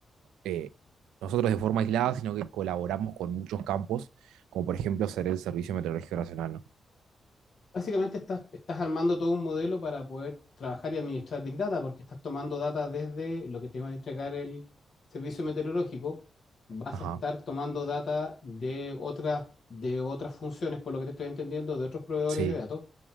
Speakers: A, on the right (about 80°); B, on the left (about 65°).
A: eh, nosotros de forma aislada, sino que colaboramos con muchos campos, como por ejemplo ser el Servicio Meteorológico Nacional, ¿no?
B: básicamente estás, estás armando todo un modelo para poder trabajar y administrar Big Data, porque estás tomando data desde lo que te va a entregar el servicio meteorológico, vas
A: Ajá.
B: a estar tomando data de otras, de otras funciones, por lo que te estoy entendiendo, de otros proveedores
A: Sí,
B: de datos